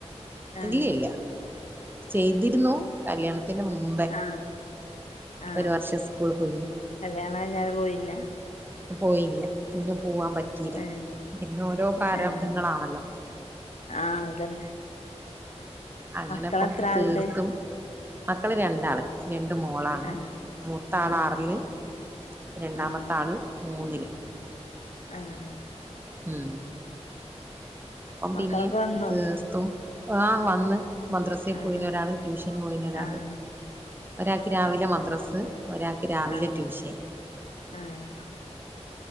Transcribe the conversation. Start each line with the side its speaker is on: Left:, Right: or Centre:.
Left: ഏഹ്
Right: ഇല്ല ഇല്ല ചെയ്തിരുന്നു കല്യാണത്തിന്റെ മുമ്പേ
Left: ആഹ് ആഹ്
Right: ഒരു വർഷം സ്കൂള് പോയി
Left: കല്യാണം കഴിഞ്ഞാല് പോയില്ല
Right: പോയില്ല പിന്നെ പോവാൻ പറ്റീല
Left: ഏഹ്
Right: പിന്നോരോ പ്രാരാബ്ദങ്ങളാണല്ലോ
Left: ഏഹ് ആഹ് അതന്നെ
Right: അങ്ങനെ
Left: മക്കളെത്ര
Right: ഇപ്പം തീർത്തും
Left: ആളുണ്ട്
Right: മക്കള് രണ്ടാള് രണ്ട് മോളാണ്
Left: ആഹ്
Right: മൂത്താളാറില്
Left: ആഹ്
Right: രണ്ടാമത്താള്
Left: ആഹ്
Right: മൂന്നില്.
Left: ആഹ്.
Right: ഉം ഇപ്പം
Left: മക്കളൊക്കെ
Right: പിന്നെ
Left: വന്നോ
Right: തീർത്തും ആഹ് വന്ന് മദ്രസിൽ
Left: ആഹ്
Right: പോയി
Left: ആഹ്
Right: ഒരാള് ട്യൂഷന് പോയി നി ഒരാള്
Left: ആഹ്
Right: ഒരാൾക്ക് രാവിലെ മദ്രസ് ഒരാൾക്ക് രാവിലെ
Left: ആഹ് ആഹ്
Right: ട്യൂഷൻ
Left: ആഹ്